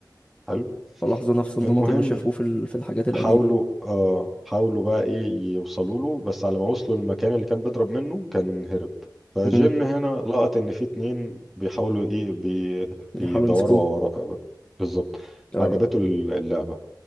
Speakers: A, in the centre; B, on the left.
A: حلو
B: فلاحظوا نفس النمط
A: المهم
B: اللي شافوه في ال- في الحاجات القديمة
A: حاولوا اه حاولوا بقى ايه يوصلوا له بس على ما وصلوا للمكان اللي كان بيضرب منه كان هرب فجن
B: امم
A: هنا لقط ان في اتنين بيحاولوا ايه بي بيدوروا
B: يحاولوا يمسكوه
A: على وراه بالظبط
B: اه
A: عجبته اللعبة